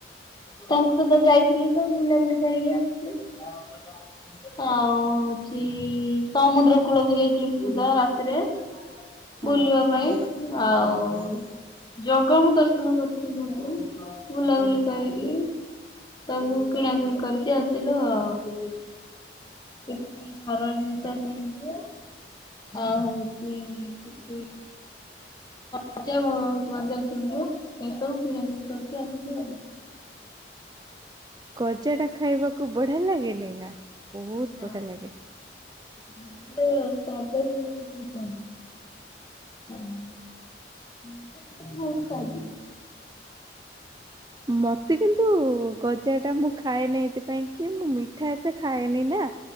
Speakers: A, on the left (about 25°); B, on the right (about 20°).
A: ତାଙ୍କ ସହିତ ଯାଇଥିଲି ତ, ବୁଲାବୁଲି କରିକି ଆସ୍ ଆଉ ହଉଚି-ଇ ସମୁଦ୍ର କୂଳକୁ ଯାଇଥିଲୁ ବି ସୁଧା ରାତିରେ।
B: ହଁ
A: ବୁଲିବା ପାଇଁ ଆଉ-ଉ
B: ହଁ
A: ଜଗାଙ୍କୁ ଦର୍ଶନ କରିୁଥିଲି ମଧ୍ୟ। ବୁଲାବୁଲି କରିକି ସବୁ କିଣାକିଣି କରିକି ଆସିଲୁ ଆଉ। କିଛି ଘର ଜିନିଷ କିଣିଲୁ-ଉ ଅ ହଉଛି କିଛି ଗଜା ମ-ମଧ୍ୟ କିଣିଲୁ, ଏସବୁ କିଣାକିଣି କରିକି ଆସିଲୁ ଆଉ।
B: ଗଜା ଟା ଖାଇବାକୁ ବଢିଆ ଲାଗେନି ନା? ବହୁତ
A: ନାଇଁ।
B: ବଢିଆ ଲାଗେ।
A: ଗଜାରେ ସବ ହ ବହୁତ ଭଲ। ହଁ ମୁଁ ତ ଗଜା ବହୁତ ଖାଇଦିଏ।
B: ମତେ କିନ୍ତୁ ଗଜା ଟା ମୁଁ ଖାଏନି, ଏଇଥିପାଇଁ କି ମୁଁ ମିଠା ଏତେ ଖାଏନି ନା।